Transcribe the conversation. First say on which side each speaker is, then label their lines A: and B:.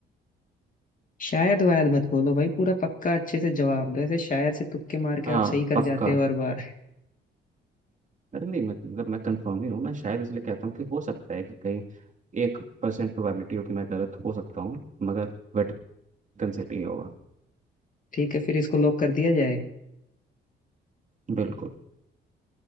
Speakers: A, on the left; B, on the right.
A: शायद वायद मत बोलो भाई पूरा पक्का अच्छे से जवाब दो ऐसे शायद से तुक्के मार के
B: हाँ
A: आप सही कर
B: पक्का
A: जाते हो हर बार
B: अरे नहीं मैं- मतलब मैं कंफर्म ही हूँ मैं शायद इसलिए कहता हूँ कि हो सकता है कि कहीं एक परसेंट प्रोबेबिलिटी हो कि मैं गलत हो सकता हूँ मगर वेटिकन सिटी होगा
A: <laughs> ठीक है फिर इसको लॉक कर दिया जाए
B: बिल्कुल